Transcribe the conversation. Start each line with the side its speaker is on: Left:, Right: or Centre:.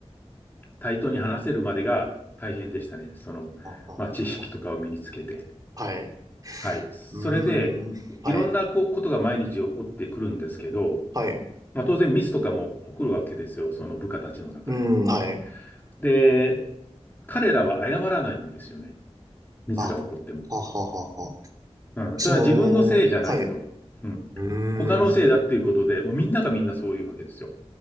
Left: 対等に話せるまでが大変でしたね。その、
Right: ああああ
Left: まあ知識とかを身につけて。
Right: あはい。
Left: はい。それで、
Right: うーん。はい。
Left: いろんなこことが毎日起こってくるんですけど、
Right: はい。う
Left: まあ当然ミスとかも起こるわけですよ。その部下たちの中で。
Right: ーん、はい。
Left: で、彼らは謝らないんですよね。ミスが起こっても。
Right: あ、はははは。
Left: うん。
Right: その、
Left: ただ自分のせいじゃないと。
Right: はい。う
Left: うん。
Right: ー
Left: 他のせいだっていうことで、
Right: ん。
Left: もうみんながみんなそういうわけですよ。